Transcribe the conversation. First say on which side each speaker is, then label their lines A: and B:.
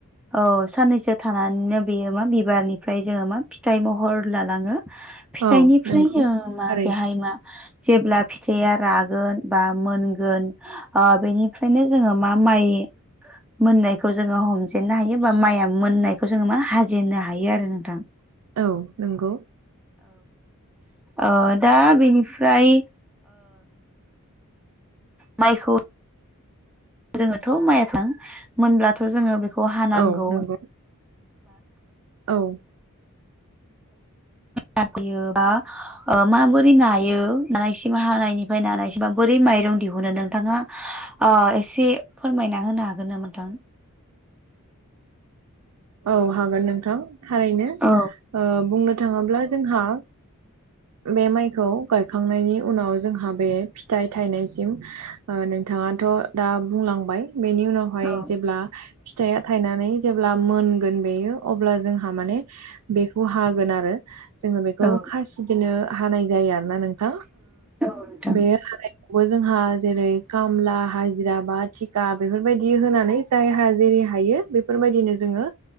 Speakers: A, in the centre; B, on the right.
A: औ साननैसो थानानैनो बेयो मा बिबारनिफ्राय जोङो मा फिथाइ महर लालाङो
B: <inaudible>
A: फिथाइनिफ्राय
B: नंगौ
A: ज मा
B: थारैनो
A: बेहाय मा जेब्ला फिथाइया रागोन बा मोनगोन बेनिफ्रायनो जोङो मा माइ मोननायखौ जोङो हमजेननो हायो बा माइया मोननायखौ जोङो मा हाजेननो हायो आरो नोंथां
B: औ नंगौ
A: औ दा बेनिफ्राय माइखौ जोङोथ' माइया थां मोनब्लाथ' जोङो बेखौ हानांगौ
B: औ नंगौ औ
A: गाब बा माबोरै नायो नानायसिम हानायनिफ्राय नानायसिमा बोरै माइरं दिहुनो नोंथाङा एसे फोरमायना होनो हागोन न मोनथां
B: औ हागोन नोंथां थारैनो
A: औ
B: बुंनो थाङोब्ला जोंहा बे माइखौ गायखांनायनि उनाव जोंहा बे फिथाइ थायनायसिम नोंथाङाथ' दा बुंलांबाय बेनि उनावहाय
A: औ
B: जेब्ला फिथाइया थायनानै जेब्ला मोनगोन बेयो अब्ला जोंहा माने बेखौ हागोन आरो जोङो बेखौ
A: औ
B: खासिदिनो हानाय जायो आरो ना नोंथां
A: नोंथां
B: बे हानाय बो जोंहा जेरै खामला हाजिरा बा थिखा बेफोरबायदि होनानै जायहा जेरै हायो बेफोरबायदिनो जोङो